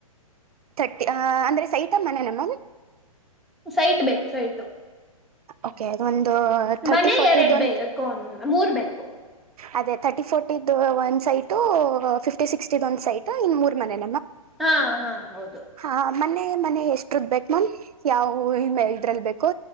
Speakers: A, on the right; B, in the centre.
A: ತರ್ಟಿ ಅಂದ್ರೆ ಸೈಿತ ಮನೆನ ಮ್ಯಾಮ್
B: ಸೈಟ್ ಬೇಕು ಸೈಟು
A: ಓಕೆ ಒಂದು ತರ್ಟಿ
B: ಮನೆ
A: ಫೋರ್ಟಿದ
B: ಎರಡು
A: ಒಂದು
B: ಬು ಮೂರ್ ಬೇಕು
A: ಅದೇ ತರ್ಟಿ ಫೋರ್ಟಿದ್ ಒಂದ್ ಸೈಟು ಫಿಫ್ಟಿ ಸಿಕ್ಸ್ಟಿದ ಒಂದ್ ಸೈಟ್ ಇನ್ ಮೂರ್ ಮನೆ
B: ಹಾ ಹಾ ಹೌದು
A: ಹ ಮನೆ ಮನೆ ಎಷ್ಟುದ ಬೇಕು ಮ್ಯಾಮ್ ಯಾವವು ಇ ಮೇ ಇದ್ರಲ್ ಬೇಕು